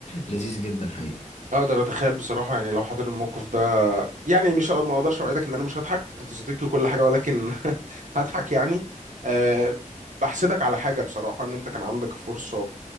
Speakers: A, on the left; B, on the right.
A: لذيذ جدا حقيقي
B: اقدر اتخيل بصراحه يعني لو حضر الموقف ده يعني مش ه- ما اقدرش اوعدك ان انا مش هضحك انت صديقي وكل حاجه ولكن <laughs> هضحك يعني أه بحسدك على حاجه بصراحه ان انت كان عندك فرصه